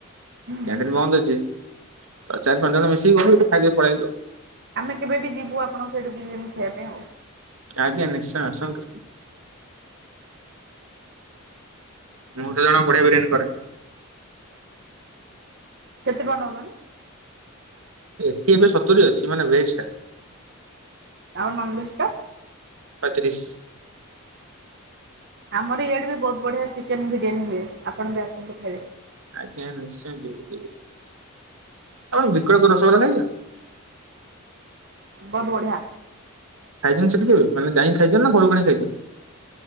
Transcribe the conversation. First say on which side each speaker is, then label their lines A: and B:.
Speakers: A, on the right; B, on the right.
A: ହୁଁ
B: କ୍ୟାଣ୍ଟିନ
A: ହୁଁ
B: ବନ୍ଦ ଅଛି। ତ ଚାରି ପାଞ୍ଚ ଜଣ ମିଶିକି ଗଲୁ ସେଠୁ ଖାଇଦେଇକି ପଳେଇଆଇଲୁ।
A: ଆମେ କେବେ ବି ଯିବୁ ଆପଣଙ୍କ ସେଇଠୁ ବିରୀୟାନି ଖାଇବା ପାଇଁ ଆଉ।
B: ଆଜ୍ଞା ନିଶ୍ଚୟ ଆସନ୍ତୁ। ମୁଁ ତ ଜାଣ ବଢିଆ ବିରିୟାନୀ କରେ।
A: କେତେ ଟଙ୍କା ନେଉଛନ୍ତି?
B: ଏଠି ଏବେ ସତୁରି ଅଛି ମାନେ ଭେଜ୍ ଟା।
A: ଆଉ ନନଭେଜ୍ ଟା?
B: ଶହେ ତିରିଶ୍।
A: ଆମର ଇଆଡେ ବି ବହୁତ୍ ବଢ଼ିଆ ଚିକେନ ବିରିୟାନୀ ହୁଏ, ଆପଣ ବି ଆସନ୍ତୁ ଖାଇବେ।
B: ଆଜ୍ଞା ନିଶ୍ଚୟ ଯିବି ଯିବି ଆପଣ ବିକଳପୁର୍ ରସଗୋଲା ଖାଇଛନ୍ତି?
A: ବୋହୁତ୍ ବଢିଆ।
B: ଖାଇଛନ୍ତି ସେତ୍କିରୁ ମାନେ ଯାଇକି ଖାଇଛନ୍ତି ନା ଘରକୁ ଆଣିକି ଖାଇଛନ୍ତି?